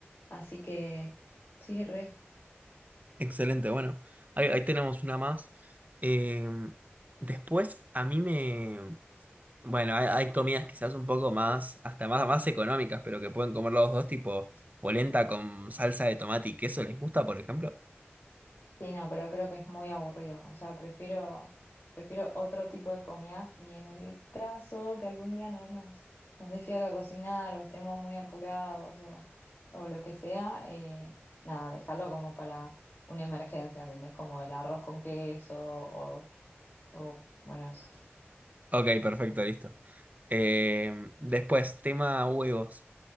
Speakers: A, on the left; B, on the right.
A: Así que sí, re.
B: Excelente, bueno, ahí, ahí tenemos una más. Eh, después, a mí me... Bueno, hay, hay comidas quizás un poco más, hasta más, más económicas, pero que pueden comer los dos, tipo polenta con salsa de tomate y queso, ¿les gusta, por ejemplo?
A: Sí, no, pero creo que es muy aburrido. O sea, prefiero, prefiero otro tipo de comidas y en el caso que algún día no nos, nos dé fiaca cocinar o estemos muy apurados o, o lo que sea, eh, nada, dejarlo como para una emergencia, ¿entendés? Como el arroz con queso o, o bueno, eso.
B: Ok, perfecto, listo. Eh, después, tema huevos.